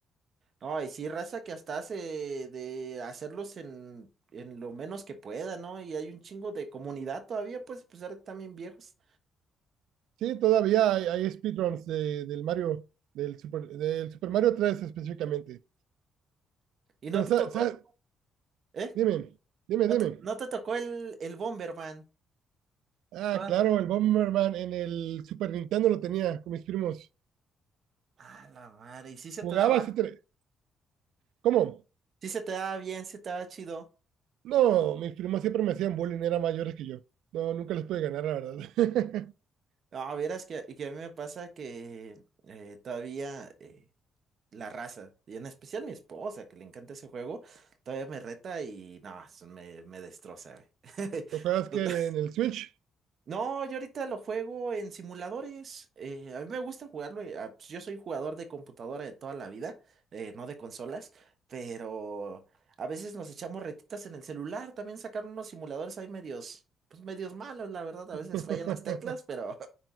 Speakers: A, on the right; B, on the right.
A: No, y sí, raza que hasta hace de hacerlos en, en lo menos que pueda, ¿no? Y hay un chingo de comunidad todavía, pues, a pesar de que también viejos.
B: Sí, todavía hay, hay speedruns de- del Mario, del Super, del Super Mario tres específicamente.
A: ¿Y no
B: Pero,
A: te
B: sa-
A: tocó,
B: sa-
A: eh?
B: Dime, dime,
A: ¿No
B: dime.
A: te, no te tocó el, el Bomberman?
B: Ah,
A: Toda-
B: claro, el Bomberman en el Super Nintendo lo tenía con mis primos.
A: Ah, la madre. Y sí se
B: jugabas
A: te daba.
B: así. tre- ¿Cómo?
A: Sí se te daba bien, sí se te daba chido.
B: No, mis primos siempre me hacían bullying, eran mayores que yo. No, nunca les pude ganar, la verdad. <laughs>
A: A ver, es que, que a mí me pasa que eh, todavía eh, la raza, y en especial mi esposa, que le encanta ese juego, todavía me reta y no, eso me, me destroza, güey.
B: ¿Lo juegas
A: <laughs> Total-
B: que en en el Switch?
A: No, yo ahorita lo juego en simuladores. eh, a mí me gusta jugarlo. eh, ah, pues, yo soy jugador de computadora de toda la vida, eh, no de consolas, pero a veces nos echamos retitas en el celular. También sacaron unos simuladores ahí medios, pues medios malos, la verdad. A
B: <laughs>
A: veces fallan las teclas, pero